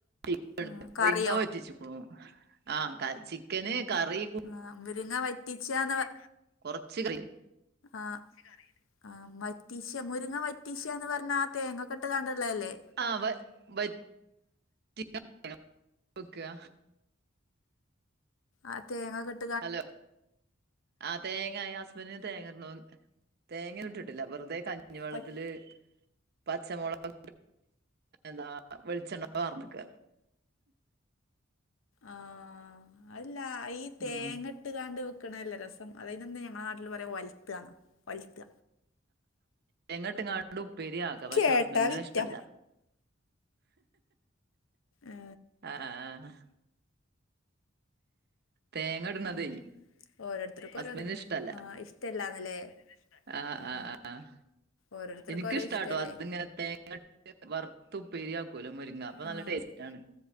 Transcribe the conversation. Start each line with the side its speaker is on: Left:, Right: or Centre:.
Right: ചി
Left: ആ കറിയോ
Right: പുളിങ്ങ വറ്റിച്ച്ക്ക്ണു ആഹ് ക ചിക്കന് കറി കു
Left: ആഹ് മുരിങ്ങ വറ്റിച്ചാന്ന് പറ
Right: കൊറച്ച് കറി
Left: ആഹ് ആഹ് വറ്റിച്ച മുരിങ്ങ വറ്റിച്ചാന്ന് പറഞ്ഞാ ആ തേങ്ങൊക്കെട്ട്ക്കാണ്ട്ള്ളതല്ലേ
Right: ആ വ വ വെക്കാ
Left: ആ തേങ്ങൊക്കെട്ട്
Right: ഹലോ ആഹ് തേങ്ങ ഇ ഹസ്ബൻഡിന് തേങ്ങട്ണതൊന്നു തേങ്ങൊന്നിട്ട്ട്ടില്ല വെറ്തെ കഞ്ഞിവെള്ളത്തില്
Left: പറ്റ്
Right: പച്ചമൊളക് ന്താ വെളിച്ചെണ്ണ പാർന്ന്ക്ക
Left: ആഹ് അല്ലാ ഈ തേങ്ങട്ട്
Right: ഉം
Left: വട്ട്കാണ്ട് വെക്കണല്ലോ രസം അതിതിന എന്ത ഞങ്ങളുടെ നാട്ടിൽ പറയാം ഒ ലുത്താണോ ഒലുത്ത
Right: എങ്ങോട്ട് ഇങ്ങാട്ടു ഉ പേരിയാക്കാം. പക്ഷെ
Left: കേട്ടാ
Right: ഹസ്ബന്റിന്
Left: വിറ്റാ
Right: ഇഷ്ടല്ല.
Left: ഏ
Right: ആഹ തേങ്ങ ഇടുന്നതേ
Left: ആ ഓരോരുത്തർക്കും
Right: ഹസ്ബന്റിന്
Left: ഓരോതാ
Right: ഇഷ്ടല്ല.
Left: ആ ഇഷ്ടല്ലാന്നല്ലേ
Right: ആഹ്
Left: ആ
Right: ആഹ് ആഹ്
Left: ഓരോരുത്തർക്കും
Right: എനിക്കിഷ്ട
Left: ഓരോ ഇഷ്ടല്ലേ
Right: കേട്ടോ. അതിങ്ങനെ തേങ്ങ വറുത്ത ഉപ്പേരിയാക്കലോ മുരിങ്ങ അപ്പൊ
Left: ആഹ് അരപ്പ്
Right: നല്ല ടേസ്റ്റ്. ടങ്ങ്